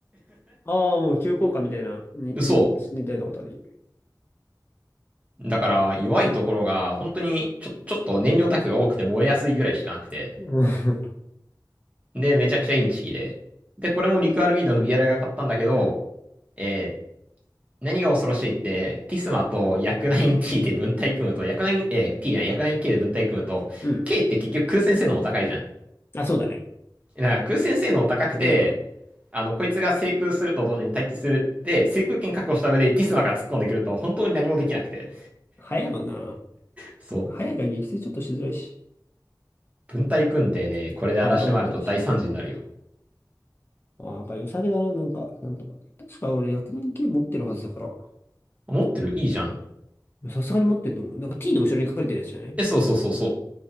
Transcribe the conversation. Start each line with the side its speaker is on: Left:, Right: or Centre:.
Left: ああ、もう急降下みたいな、に、に、
Right: そ
Left: 似たようなことはできる。
Right: う。だから、弱いところが、本当にちょ、ちょっと燃料タンクが多くて燃えやすいぐらいしかなくて。
Left: うん。
Right: で、めちゃくちゃインチキで。で、これもリクアルビードの BR が買ったんだけど、えー何が恐ろしいって、キスマとヤクナイン T で分体組むと、ヤクナイン、えー、T じゃない、ヤクナイン K で分体組むと、
Left: うん
Right: K って結局空戦性能も高いじゃん。
Left: あ、そうだね。
Right: だから空戦性能高くて、
Left: よくないんだもん。
Right: あの、こいつが制空すると同時に対地する。で、制空権確保した上でティスマが突っ込んでくると本当に何もできなくて。
Left: 早いもんな。
Right: そう。
Left: 早いから撃墜ちょっとしづらいし、
Right: 分隊組んでね、これで嵐回ると大惨事になるよ。
Left: 爆弾持ってるし。あ、なんか良さげだな、なんか、なんとか。確か俺薬丸系持ってるはずだから。
Right: 持ってるいいじゃん。
Left: さすがに持ってると思う。なんか T の後ろに隠れてるやつじゃない
Right: え、そうそうそうそ